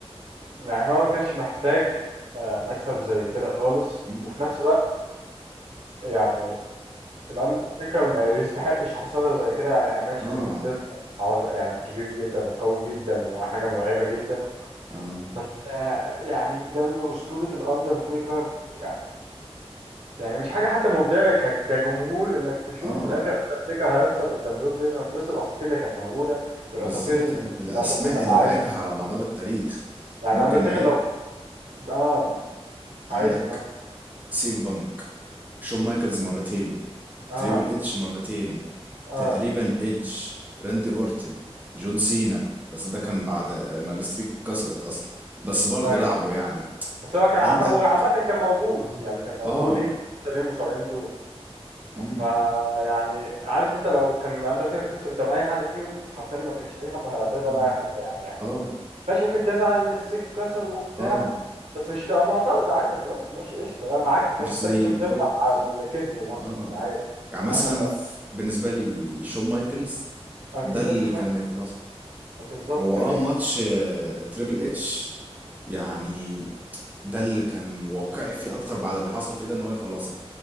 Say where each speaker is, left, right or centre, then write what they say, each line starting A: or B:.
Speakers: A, on the right; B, on the right.
A: يعني هو ما كانش محتاج آه، مكسب زي كده خالص
B: مم.
A: وفي نفس الوقت يعني الاندرتيكر ما يستحقش خسارة زي كده يعني ماشي
B: اه
A: بروك ليسنر عظ- يعني كبير جدا وقوي جدا وحاجة
B: مم.
A: مرعبة جدا
B: اه
A: بس آه، يعني جنب أسطورة الأندرتيكر يعني يعني مش حاجه حتى مرضيه ك- كجمهور انك تشوف
B: اه
A: في الاخر اندرتيكر هيخسر قدام بروك ليزنر في وسط الاساطير اللي كانت موجوده والاساطير
B: بالظبط
A: اللي
B: يعني الاسماء
A: الاندرتيكر اللي
B: اللي
A: عادها
B: لعبها على مدار التاريخ
A: يعني
B: يعني ممكن
A: اندرتيكر
B: نعد
A: لو اه
B: يعني عندك
A: عد مثلا
B: سيم بانك شون مايكلز مرتين
A: اه
B: تريبل اتش مرتين
A: اه
B: تقريبا ايدج راندي اورتن جون سينا بس ده كان بعد ما الستريك اتكسرت اصلا بس برضه
A: ايوه
B: لعبه يعني
A: بس هو كان
B: عندك
A: عم وعامه كان موجود
B: اه
A: يعني كان موجودين
B: اه
A: التانيين المصارعين دول
B: امم
A: فيعني عارف انت لو كان اندرتيكر خسر قدام اي حد فيهم حرفيا ما كانش اي حد هيعترض ولا
B: اه
A: اي حد يعني يعني
B: اه
A: ماشي ممكن تزعل ان الاستيك اتكسر وبتاع
B: اه
A: بس مش تبقى معترض عادي خلاص ماشي قشطه يعني العكس انت
B: مش
A: حتى
B: زي
A: ممكن
B: بروك
A: تفرح على اللي كسبه مثلا
B: اه
A: عادي
B: يعني
A: يعني
B: مثلا
A: مثلا ده
B: ف- بالنسبة لي شون مايكلز
A: انا بالنسبه
B: ده اللي
A: لي شون مايك
B: كان يخلصها
A: بالظبط
B: هو
A: كان
B: اه
A: نفسي
B: ماتش آه، تريبل اتش يعني ده اللي كان واقعي فيه اكتر بعد اللي حصل فيه ده ان هو يخلصها